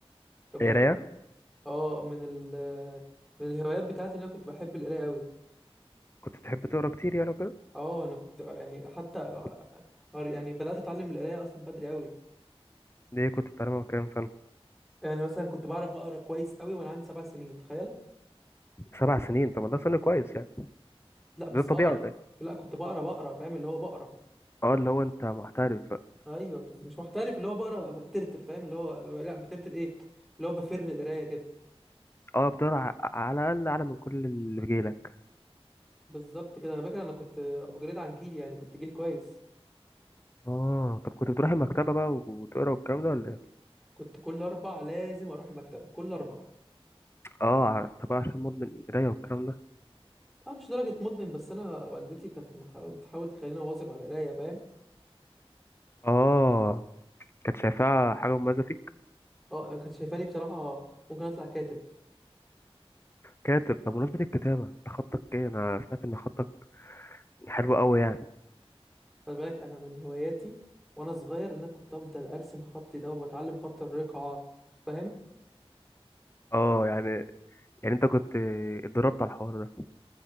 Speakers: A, in the centre; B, on the left (about 25°).
A: كان من
B: قرايه
A: اه من ال من الهوايات بتاعتي ان انا كنت بحب القرايه قوي
B: كنت بتحب تقرا كتير يعني وكده
A: اه انا كنت يعني حتى
B: كنت
A: قر- يعني بدأت اتعلم القراية اصلا بدري قوي
B: ليه كنت بتعلمها كام سنه
A: يعني مثلا كنت بعرف اقرا كويس قوي وانا عندي سبع سنين تخيل
B: سبع سنين طب ما ده سن كويس يعني
A: لا بس
B: ده طبيعي
A: اقرا
B: ولا ايه
A: لا كنت بقرا بقرا فاهم اللي هو بقرا
B: اه اللي هو انت محترف بقى.
A: ايوه بز- مش محترف اللي هو بقرا ترتر فاهم اللي هو ب- لا بترتر ايه اللي هو بفر القراية كده
B: اه بتقرا على الاقل اعلى من كل اللي بيجيلك
A: بالظبط كده انا فاكر انا كنت ابجريد عن جيلي يعني كنت جيل كويس
B: اه طب كنت بتروح المكتبه بقى وتقرا والكلام ده ولا ايه
A: كنت كل اربع لازم اروح المكتبة كل اربع
B: اه ع- طبعا عشان مدمن قراية والكلام ده
A: اه مش درجة مدمن بس انا والدتي كانت محاول- بتحاول تخليني اواظب على القراية فاهم
B: اه كانت شايفاها حاجة مميزة فيك
A: اه كانت شايفاني بصراحة ممكن اطلع كاتب
B: كاتب طب بمناسبة الكتابة انت خطك ايه انا سمعت ان خطك حلو قوي يعني
A: خلي بالك انا من هواياتي وانا صغير ان انا كنت افضل ارسم خطي ده واتعلم خط الرقعه فاهم
B: اه يعني يعني انت كنت اتدربت على الحوار ده